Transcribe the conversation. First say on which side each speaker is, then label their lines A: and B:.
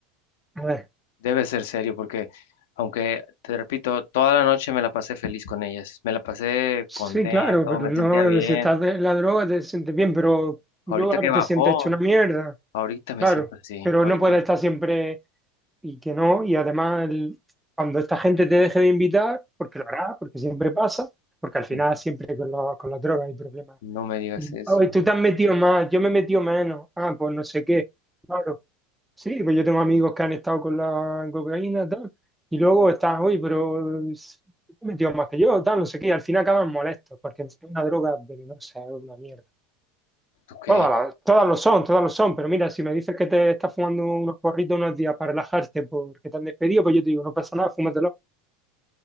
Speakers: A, in the centre; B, on the left (about 80°).
A: a ver,
B: Debe ser serio porque, aunque te repito, toda la noche me la pasé feliz con ellas, me la pasé
A: sí,
B: contento,
A: claro, pero
B: me
A: no,
B: sentía bien.
A: si estás de la droga te sientes bien, pero luego
B: Ahorita
A: ahora
B: que bajó,
A: te sientes hecho una mierda,
B: ahorita me
A: claro,
B: siento así,
A: pero
B: ahorita
A: no puedes estar siempre y que no, y además el- cuando esta gente te deje de invitar, porque lo hará, porque siempre pasa, porque al final
B: mm,
A: siempre con, la- con las drogas hay problemas.
B: no me digas
A: Y,
B: eso.
A: Ay, tú te has metido más, yo me he metido menos, ah, pues no sé qué, claro, sí, pues yo tengo amigos que han estado con la cocaína, tal, y luego estás, hoy, pero s- tú te has metido más que yo, tal, no sé qué, y al final acaban molestos, porque es una droga venenosa, es una mierda.
B: Ok,
A: Todas, las- todas lo son, todas lo son, pero mira, si me dices que te estás fumando unos porritos unos días para relajarte porque te han despedido, pues yo te digo, no pasa nada, fúmatelo,